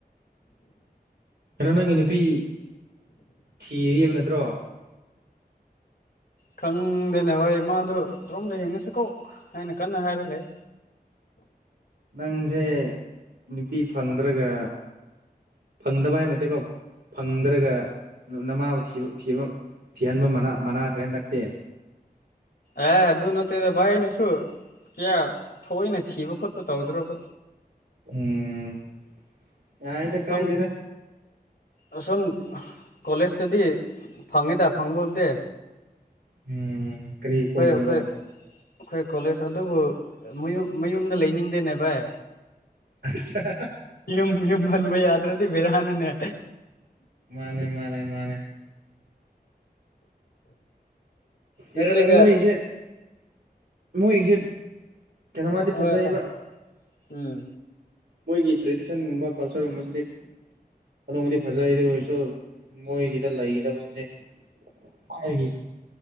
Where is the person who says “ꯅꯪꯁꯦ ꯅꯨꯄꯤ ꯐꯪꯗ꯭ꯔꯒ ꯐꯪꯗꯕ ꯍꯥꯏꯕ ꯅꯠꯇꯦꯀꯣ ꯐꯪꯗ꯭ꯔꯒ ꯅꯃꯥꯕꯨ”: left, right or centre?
Right